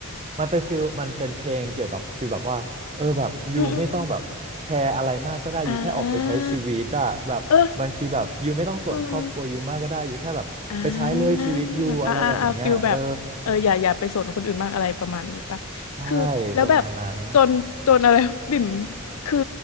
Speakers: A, on the right; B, on the left.
A: มันเป็นฟิลมันเป็นเพลงเกี่ยวกับฟิลแบบว่าเออแบบยูไม่ต้องแบบแคร์อะไรมากก็ได้ยูแค่ออกไปใช้ชีวิตอะแบบบางทีแบบยูไม่ต้องส่วนครอบครัวยูมากก็ได้ยูแค่แบบไปใช้เลยชีวิตยูอะไรอย่างเงี้ยเออ
B: อืมอืมอ่าเอออืม อ่าอ่าอ่าอ่าฟิลแบบเอออย่าอย่าไปสนคนอื่นมากอะไรประมาณนี้ปะคือแล้วแบบ
A: ใช่ประมาณนั้น
B: จนจนอะไร <laughs> บิ่ม คือ